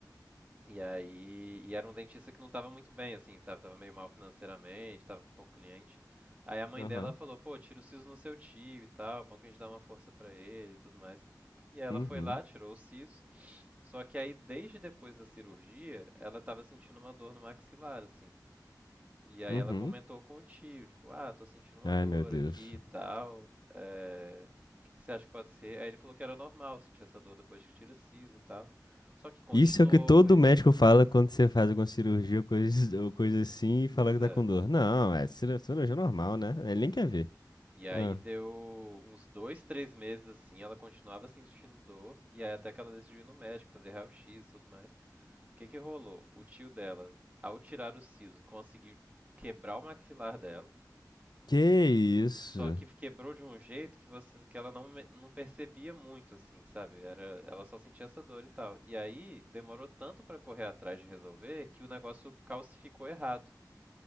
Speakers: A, on the right (about 20°); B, on the left (about 75°).
A: E aí. E era um dentista que não tava muito bem, assim, sabe? Tava meio mal financeiramente, tava com pouco cliente. Aí a mãe
B: Aham.
A: dela falou: pô, tira o siso no seu tio e tal, bom que a gente dá uma força pra ele e tudo mais. E aí ela
B: Uhum,
A: foi lá, tirou o siso. Só que aí, desde depois da cirurgia, ela tava sentindo uma dor no maxilar, assim. E aí
B: uhum.
A: ela comentou com o tio, tipo, ah, tô sentindo uma
B: Ai,
A: dor
B: meu Deus.
A: aqui e tal. É... O que que você acha que pode ser? Aí ele falou que era normal sentir essa dor depois que tira siso e tal. Só que continuou,
B: Isso é o que todo
A: foi.
B: médico fala quando você faz alguma cirurgia ou coisa, ou coisa assim e fala
A: Pois
B: que
A: é.
B: tá com dor. Não, é ciru- cirurgia normal, né? Ele nem quer ver.
A: E aí
B: Ah,
A: deu uns dois, três meses assim, ela continuava sentindo dor, e aí até que ela decidiu ir no médico, fazer raio-x e tudo mais. O que que rolou? O tio dela, ao tirar o siso, conseguiu quebrar o maxilar dela.
B: que isso?
A: Só que quebrou de um jeito que você, que ela não, me- não percebia muito, assim, sabe? Era, ela só sentia essa dor e tal. E aí demorou tanto pra correr atrás de resolver que o negócio calcificou errado.